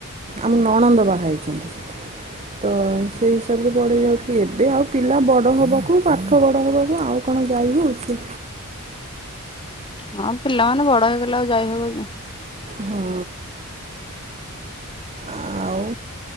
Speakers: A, on the right; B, on the left.
A: ଆମ ନଣନ୍ଦ ବାହାହୋଇଛନ୍ତି। ତ ସେଇ ହିସାବରେ ପଳେଇ ଯାଉଥିଲି। ଏବେ ଆଉ ପିଲା ବଡ ହେବାକୁ ପାଠ ବଡ ହେବାକୁ ଆଉ କଣ ଯାଇହଉଚି?
B: ହଁ ପିଲାମାନେ ବଡ ହେଇଗଲେ ଆଉ ଯାଇ ହବକି?
A: ହଁ ଆଉ